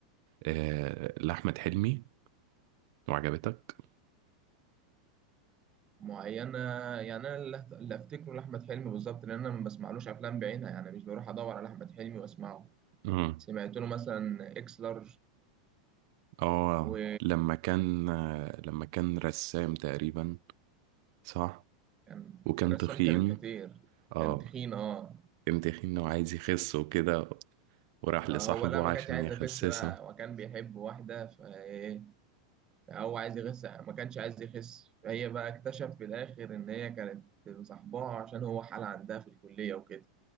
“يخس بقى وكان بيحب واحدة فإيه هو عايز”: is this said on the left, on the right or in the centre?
Right